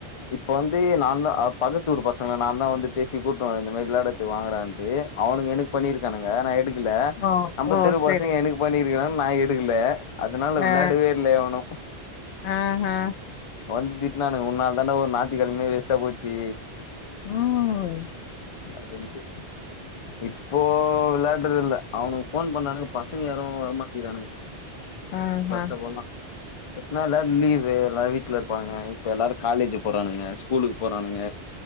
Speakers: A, on the left; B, on the left.
A: இப்ப வந்து நாந்தா அ பக்கத்தூர் பசங்கள நாந்தா வந்து பேசி கூட்டுனு வர இந்த மாரி விளாடத்து வாங்கடான்ட்டு அவனுங்க எனக்கு பண்ணிருக்கானுங்க நா எடுக்ல
B: ஓ
A: நம்ப
B: ஓ
A: தெரு
B: சேரி
A: பசங்க எனக்கு பண்ணிருக்கா நா எடுக்ல அதனால விளாடவே
B: ஆ
A: இல்ல எவனு
B: ஆஹா
A: வந்து திட்னானுங்க உன்னால தாண்டா ஒரு ஞாத்தி கெழமையே வேஸ்டா போச்சு
B: ம்
A: அதென்து இப்போ விளாடுறது இல்ல அவனுக்கு ஃபோன் பண்ணானுங்க பசங்க யாரு வரமாட்டிகிறானுங்க
B: ஆஹா
A: பஸ்ல போட்லா பஸ்னா எல்லார் லீவு எல்லாரு வீட்ல இருப்பாங்க இப்ப எல்லாரு காலேஜு போறானுங்க ஸ்கூலு போறானுங்க